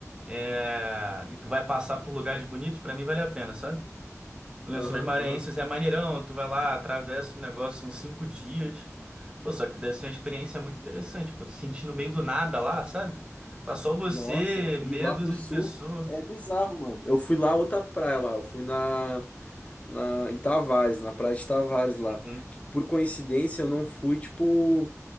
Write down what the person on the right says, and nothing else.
é, e tu vai passar por lugares bonitos, pra mim vale a pena, sabe? Lençóis
Maranhenses
é maneirão, tu vai lá, atravessa o negócio, são cinco dias. Pô, só que deve ser uma experiência muito interessante, pô, se sentir no meio do nada lá, sabe? Tá só você,
meia
dúzia
de pessoas.
Uhum,